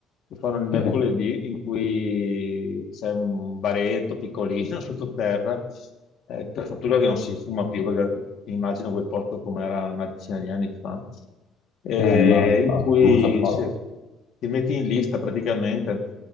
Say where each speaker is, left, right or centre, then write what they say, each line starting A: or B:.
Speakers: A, on the left; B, on the left.
A: che fanno il mercoledì
B: Sì,
A: in cui c'è un baretto piccolino <laughs> sottoterra, eh, per fortuna che non si fuma più, perché immagino quel posto com'era una decina di anni fa eh,
B: eh, ma
A: in cui
B: non so, poi
A: se- ti metti in lista praticamente